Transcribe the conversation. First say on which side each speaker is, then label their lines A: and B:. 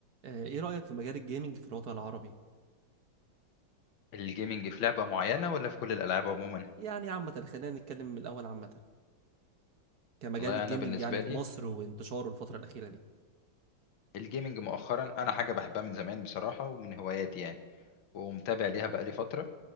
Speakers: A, on the right; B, on the left.
A: آه، ايه رأيك في مجال الجيمنج في الوطن العربي؟
B: الجيمنج في لعبة معينة ولا في كل الألعاب عموما؟
A: يعني عامة خلينا نتكلم من الأول عامة كمجال
B: والله
A: الجيمنج
B: أنا بالنسبة
A: يعني في
B: لي
A: مصر وانتشاره الفترة الأخيرة دي
B: الجيمنج مؤخرا أنا حاجة بحبها من زمان بصراحة ومن هواياتي يعني ومتابع ليها بقالي فترة